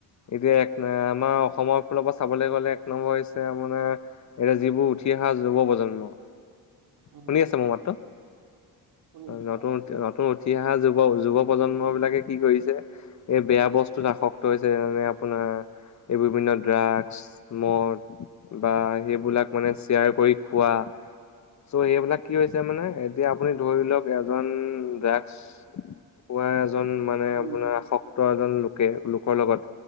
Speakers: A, on the left (about 45°); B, on the right (about 90°).
A: এতিয়া এক আমাৰ অসমৰ ফালৰ পৰা চাবলৈ গলে এক নম্বৰ হৈছে মানে এতিয়া যিবোৰ উঠি অহা যুৱ প্ৰজন্ম
B: উম
A: শুনি আছে মোৰ মাতো
B: শুনি আছো
A: নতুন
B: অ
A: নতুন উ উঠি অহা যুৱ যুৱ প্ৰজন্ম বিলাকে কি কৰিছে এই বেয়া বস্তুত আসক্ত হৈছে যেনে আপোনাৰ এই বিভিন্ন ড্ৰাগছ মদ বা সেই বিলাক মানে শ্বেয়াৰ কৰি খোৱা চ' সেইবিলাক কি হৈছে মানে এতিয়া আপুনি ধৰি লওক এজন ড্ৰাগছ খোৱা এজন মানে
B: উম উম
A: আপোনাৰ আসক্ত এজন লোকে লোকৰ লগত